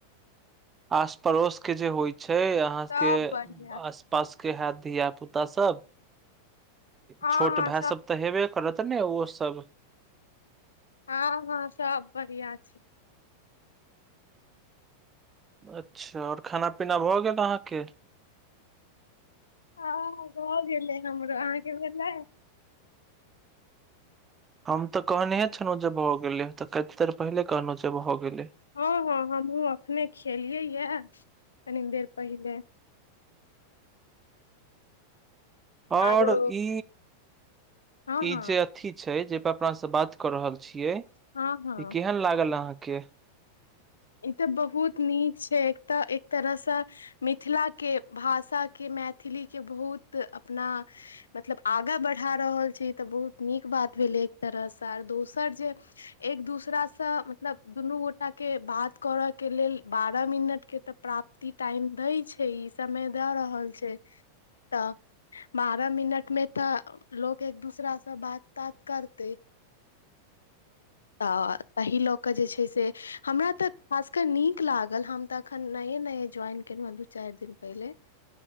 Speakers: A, on the right; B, on the left.
A: आस पड़ोस केँ जे होइत छैक अहाँके
B: सब बढ़िया
A: आस पास केँ हयत धिया पुता सब
B: हँ
A: छोट
B: हँ
A: भाय सब तऽ हेबे करत तने ओ सब
B: हँ हँ सब बढ़िआ छै
A: अच्छा आओर खाना पीना भऽ गेल अहाँके
B: हँ भऽ गेलै हमरो अहाँके भेलइ
A: हम तऽ कहनेहे छलहुँ जे भऽ गेले तऽ कत देर पहिले कहलहुँ जे भऽ गेले
B: हँ हँ हमहूँ अपखने खेलियै यए कनि देर पहिले
A: ओर
B: आरो
A: ई
B: हँ
A: ई
B: हँ
A: जे अथी छै जाहि पर अपना से बात कऽ रहल छी छियैक
B: हँ हँ
A: ई केहन लागल अहाँके
B: ई तऽ बहुत नीक छैक एक तऽ एक तरहसँ मिथिला केँ भाषा केँ मैथिली केंं बहुत अपना मतलब आगा बढ़ा रहल छी तऽ बहुत नीक बात भेले एक तरहसँ आर दोसर जे एक दूसरासँ से मतलब दुनू गोटा केँ बात करऽ केँ लेल बारह मिनट केँ ते प्राप्ति टाइम देय छै ई समय द रहल छैक अ <inaudible> तऽ बारह मिनट मे तऽ लोक एक दूसरासँ बात तात करते
A: <inaudible>
B: तऽ ताहि लऽ कऽ जे छै से हमरा तऽ खासकर नीक लागल हम तऽ एखन नये नये ज्वाइन केलहुँ हँ दू चारि दिन पहिले